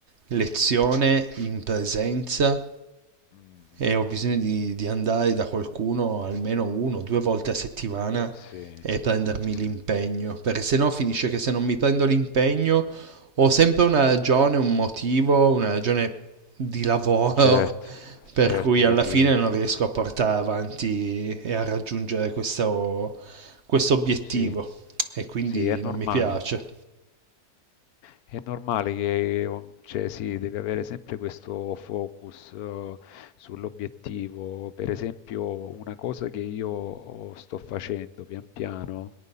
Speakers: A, on the right; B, on the left.
A: lezione in presenza
B: Mm,
A: e ho bisogno di, di andare da qualcuno almeno uno o due volte a settimana
B: sì,
A: e prendermi
B: sì.
A: l'impegno, perché se no finisce che se non mi prendo l'impegno ho sempre una ragione, un motivo, una ragione di lavoro
B: Certo,
A: <laughs>
B: certo
A: per cui
B: che
A: alla
B: ti...
A: fine non riesco a portare avanti e a raggiungere questo, questo obiettivo
B: Sì,
A: e quindi
B: sì, è
A: non
B: normale.
A: mi piace.
B: È normale che, o- cioè, sì, devi avere sempre questo focus, eh, sull'obiettivo. Per esempio, una cosa che io oh, sto facendo pian piano,